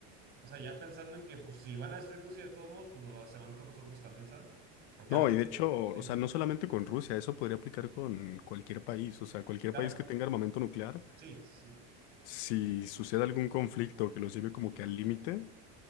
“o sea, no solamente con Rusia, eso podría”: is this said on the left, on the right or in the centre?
Left